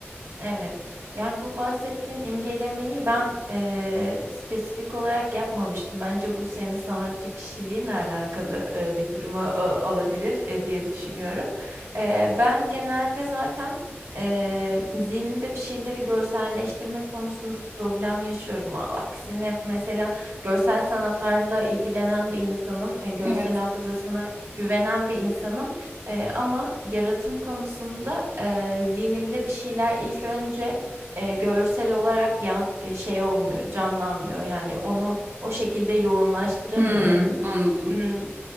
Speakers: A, on the right; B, on the right.
A: Evet. Yani bu bahsettiğin imgelemeyi ben eee, spesifik olarak yapmamıştım. Bence bu senin sanatçı kişiliğinle alakalı eee, bir durumu e, olabilir e, diye düşünüyorum. Eee, ben genelde zaten eee, zihnimde bir şeyleri görselleştirme konusunda problem yaşıyorum. A- Aksine mesela görsel sanatlarla ilgilenen bir insanım, e, görsel
B: Evet.
A: hafızasına güvenen bir insanım. Eee, ama yaratım konusunda eee, zihnimde bir şeyler ilk önce eee, görsel olarak yan, e, şey olmuyor, canlanmıyor. Yani onu o şekilde yoğunlaştıramıyorum.
B: Hmm, anladım.
A: Hmm,